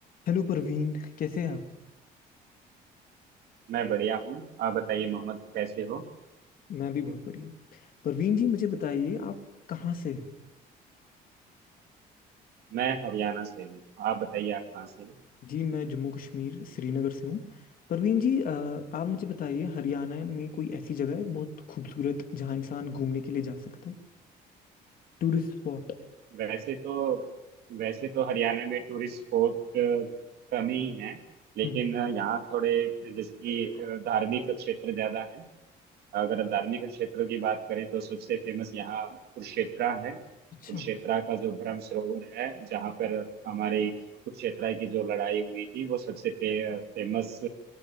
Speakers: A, on the left (about 55°); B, on the right (about 70°).
A: Hello Parveen कैसे हैं आप
B: मैं बढ़िया हूँ आप बताइए मोहम्मद कैसे हो
A: मैं भी बहुत बढ़िया हूँ परवीन जी मुझे बताइए आप कहाँ से हैं
B: मैं हरियाणा से हूँ आप बताइए आप कहाँ से हो
A: जी मैं जम्मू कश्मीर श्रीनगर से हूँ परवीन जी अ, आप मुझे बताइए हरियाणा में कोई ऐसी जगह है बहुत खूबसूरत जहाँ इंसान घूमने के लिए जा सकता है Tourist spot
B: वैसे तो वैसे तो हरियाणा में टूरिस्ट स्पॉट कम ही हैं लेकिन
A: हम्म,
B: अ, यहाँ थोड़े जैसे कि अ, धार्मिक क्षेत्र ज़्यादा हैं अगर धार्मिक क्षेत्रों की बात करें तो सबसे फेमस यहाँ कुरुक्षेत्रा है कुरुक्षेत्रा
A: अच्छा
B: का जो ब्रह्म सरोवर है जहाँ पर हमारे कुरुक्षेत्रा की जो लड़ाई हुई थी वो सबसे फे, फेमस